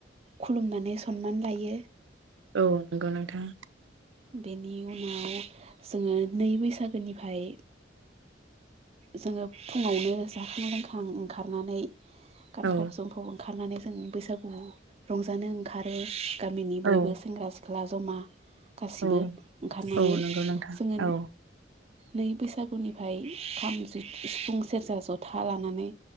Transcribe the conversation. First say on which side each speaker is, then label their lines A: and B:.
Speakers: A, on the right (about 30°); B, on the right (about 80°).
A: खुलुमनानै सनमान लायो
B: औ नंगौ नोंथां
A: बेनि उनाव जोङो नै बैसागोनिफाय जोङो फुङावनो जाखां लोंखां ओंखारनानै गानफब
B: औ
A: जोमफब ओंखारनानै जों बैसागु रंजानो ओंखारो गामिनि बयबो
B: औ
A: सेंग्रा सिख्ला जमा गासिबो
B: औ
A: ओंखारनानै
B: औ नंगौ नोंथां
A: जोङो
B: औ
A: नै बैसागुनिफाय खाम सिफुं सेरजा जथा लानानै